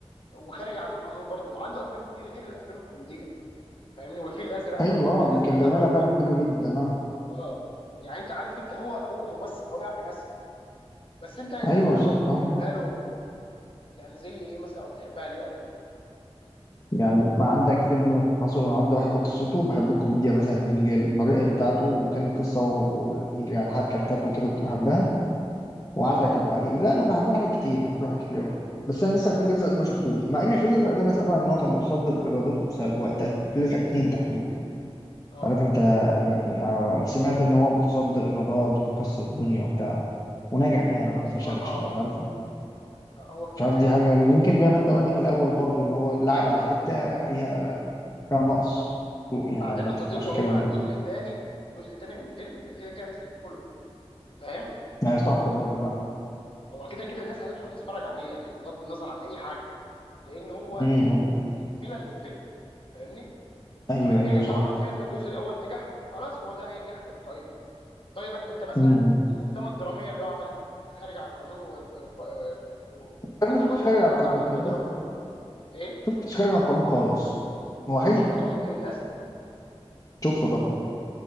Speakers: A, on the left; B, on the left.
A: وخارج عن القانون برضو وعنده افلام كتير غير الافلام الكوميديه فاهمني والفيل الازرق
B: ايوه
A: برضو الفيل
B: آه،
A: الازرق
B: كان
A: ده
B: بيعملها
A: برغم
B: فعلا
A: ال...
B: حلو جدا اه
A: اه يعني انت عارف انت هو هو ممثل هو بيعرف يمثل بس انت ايه الافلام
B: ايوه بالظبط
A: برضو اللي
B: اه
A: بتحبها له يعني زي ايه مثلا او بتحبها ليه او كده
B: يعني ما عندك فيلم فاصل ونعود ده بحب قصته وبحب الكوميديا مثلا اللي فيه اللي هي الطريقة بتاعته وكان القصة و- و- يعني الحبكة بتاعته كده كنت بحبها وعندك
A: اه
B: أبو علي لا لا بحب له حاجات كتير بحب له حاجات كتير أوي بس أنا لسه
A: مم.
B: الفيل الأزرق ده ما شفتوش مع إن الفيل الأزرق ده أنا سامع إن هو كان متصدر إيراداته بسبب وقتها الفيل الأزرق اتنين تحديدا
A: اه
B: مش عارف أنت يعني آه، سمعت إن هو متصدر إيرادات ومكسر الدنيا وبتاع ونجح يعني
A: انا
B: ما
A: بصراحه
B: فشلش فمش عارف
A: هو كده
B: مش عارف
A: كده
B: دي
A: هينجح
B: حاجة غريبة يمكن زي ما أنت قلت في الأول برضو إن هو لعب على حتة فيها فيها نقص سوق يعني
A: بعدين
B: عامة
A: يا صديقي
B: عشان
A: هو
B: كده
A: جزء تاني جزء تاني من فيلم فكده كده الناس هتدخله فاهم
B: يعني صح برضه
A: يعني
B: فعلا
A: هو كده كده الناس هتدخل تتفرج عليه يعني بغض النظر عن اي حاجه لان هو
B: امم
A: تكمله للفيلم فاهمني
B: ايوه
A: فبالتالي
B: ايوه صح
A: طالما الفيلم الجزء الاول نجح خلاص هو ده هينجح تلقائيا طيب انت مثلا
B: امم
A: الافلام الدراميه اللي هو عملها خارج عن القانون و... و... و... وممكن
B: انا ما شفتش
A: ينفصل
B: خارج
A: من
B: على
A: الوضع
B: القانون
A: على فكره
B: تصدق
A: دراما برضه ايه
B: شفتش خارج على القانون خالص هو حلو
A: طب شفت واحد من الناس
B: شفته طبعا